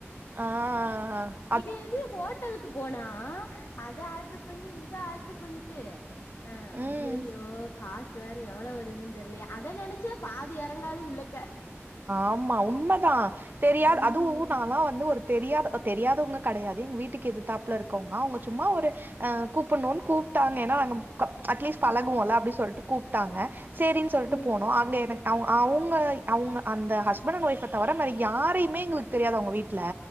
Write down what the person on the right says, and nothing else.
ஆஆஆ
ம்
ஆமா உண்மதா தெரியாது
அதுவு நாலா வந்து ஒரு தெரியாத தெரியாதவங்க கிடையாது எங்க வீட்டுக்கு எதுதாப்புல இருக்கவங்க அவங்க சும்மா ஒரு அ கூப்டணும்னு கூப்ட்டாங்க ஏன்னா க அட்லீஸ்ட் பழகுவோல அப்படினு சொல்லிட்டு கூப்பிட்டாங்க செரின்னு சொல்லிட்டு
போனோ அங்க எனக் அவ் அவங்க அவங்க அந்த ஹஸ்பண்ட் அண்ட் ஒய்ஃப் தவிர வேற யாரையுமே எங்களுக்கு தெரியாது அவங்க வீட்ல